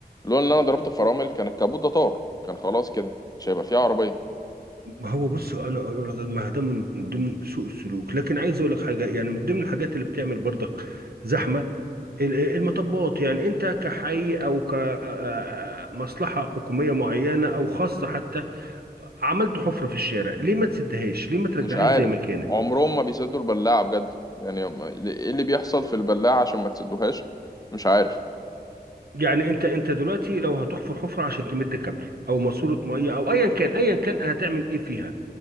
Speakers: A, on the left (about 20°); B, on the right (about 65°).
A: لولا ان انا ضربت فرامل كان الكابوت ده طار كان خلاص كده مش هيبقى فيه عربية
B: ما هو بص انا أقول لك ما ده من ضمن سوء السلوك لكن عايز اقول لك حاجه يعني من ضمن الحاجات اللي بتعمل برضك زحمه ال- المطبات يعني انت كحي او كمصلحه حكوميه معينه او خاصه حتى عملت حفره في الشارع ليه ما تسدهاش ليه ما ترجعهاش
A: مش عارف
B: زي ما كانت
A: عمرهم ما بيسدوا البلاعة بجد يعني هم- ايه اللي بيحصل في البلاعة عشان ما تسدوهاش مش عارف
B: يعني انت انت دلوقتي لو هتحفر حفره عشان تمد كابل او ماسوره ميه او ايا كان ايا كان هتعمل ايه فيها